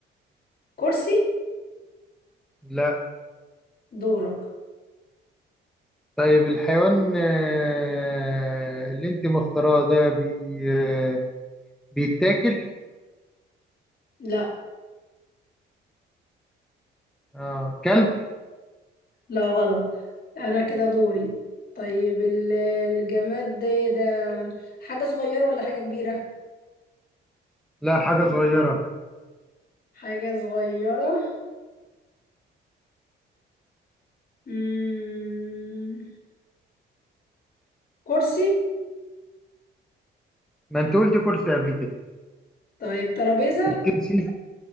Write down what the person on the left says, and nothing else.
كرسي
دورك
لا
لا غلط انا كده دوري طيب ال- الجماد ده إيه ده حاجة صغيرة ولا حاجة كبيرة
حاجة صغيرة مم... كرسي
طيب ترابيزة